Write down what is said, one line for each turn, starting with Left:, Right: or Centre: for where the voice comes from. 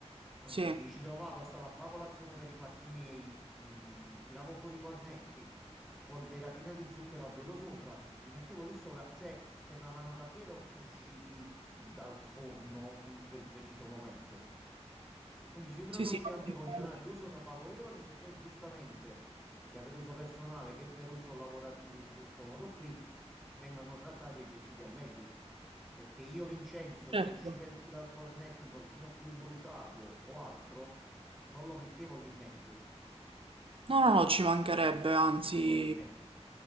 Centre: Ehm,
Right: sì,
Centre: mi ci trovavo, stavo a fare colazione per i fatti miei, mm, tiravo fuori i cornetti, spolveratina di zucchero a velo sopra, li mettevo lì sopra, cioè sembravano davvero usciti dal forno in quel preciso momento. Quindi sui prodotti
Right: sì, sì, va
Centre: anche
Right: bene.
Centre: congelati io sono favorevole se poi giustamente, sia per uso personale che per uso lavorativo in questo modo qui, vengano trattati e gestiti al meglio. Perché io, Vincenzo,
Right: certo.
Centre: se usciva il, il cornetto un pochettino più bruciato o altro, non lo mettevo lì in mezzo.
Right: No, no, no, ci mancherebbe, anzi,
Centre: Non lo mettevo lì in mezzo.